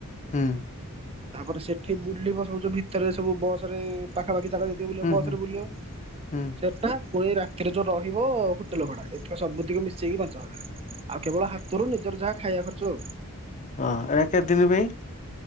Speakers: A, on the left; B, on the right.
A: ହୁଁ।
B: ତାପରେ ସେଠି ବୁଲିବ ସବୁ ଯୋଉ ଭିତରେ ସବୁ ବସ୍ ରେ ଏ ପାଖାପାଖି ତାପରେ ଯେତିକି ବୁଲିବ
A: ହୁଁ
B: ବସ୍
A: ହୁଁ
B: ରେ ବୁଲିବ
A: ହୁଁ
B: ସେଟା ପୁଣି ରାତିରେ ଯୋଉ ରହିବ ହୁଟେଲ୍ ଭଡା। ଏତିକ ସବୁତିକ ମିଶେଇକି ପାଞ୍ଚହଜାର। ଆଉ କେବଳ ହାତରୁ ନିଜର ଯାହା ଖାଇବା ଖର୍ଚ୍ଚ ଆଉ।
A: ହଁ ଏଟା କେତେ ଦିନ ପାଇଁ?